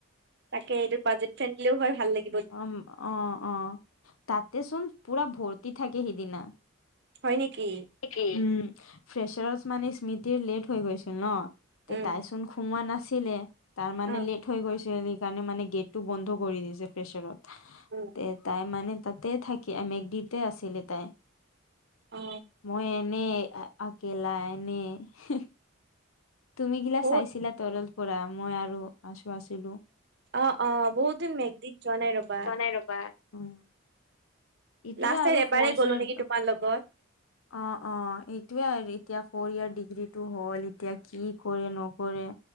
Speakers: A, on the right (about 50°); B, on the left (about 75°).
A: তাকে এইটো বাজেট ফ্ৰেঙ্কলিও হয় ভাল লাগে।
B: অ উ'ম অ' অ' অ অ তাতেচোন পুৰা ভৰ্তি থাকে সিদিনা।
A: হয় নেকি?
B: ঠিকি উ'ম উ উ এ এ এ ফা ফ্ৰেচাৰত মানে স্মৃতিৰ লেট হৈ গৈছিল ন? তে
A: উম
B: তাইচোন সোমোৱা নাছিলে? তাৰ মানে
A: অ
B: লেট হৈ গৈছিল সেইকাৰণে মানে গেটটো বন্ধ কৰি দিছে ফ্ৰেছাৰত। হে হে হে আহ
A: উম
B: তে তাই মানে তাতে থাকি আমে দিতে আছিলে তাই
A: অ
B: মই এনেই এ আ অকেলা এনে ই হি তুমি গিলা
A: বহুত
B: চাইছিলা তৰলত পৰা মই আৰু আছো আছিলো।
A: অ' অ' বহুত দিন মেঘদিত যোৱা নাই ৰবা।
B: এ ৰববাৰ উম উ উ ইটো
A: লাষ্ট
B: আৰু
A: টাইম এবাৰেই
B: ফৰস
A: গ'লো
B: ইয়াৰ
A: নেকি
B: ব
A: তোমাৰ লগত
B: অঁ' অ অ অ, এইটোৱে আৰ এতিয়া ফ'ৰ ইয়াৰ ডিগ্ৰী টো হ'ল এতিয়া কি কৰে নকৰে?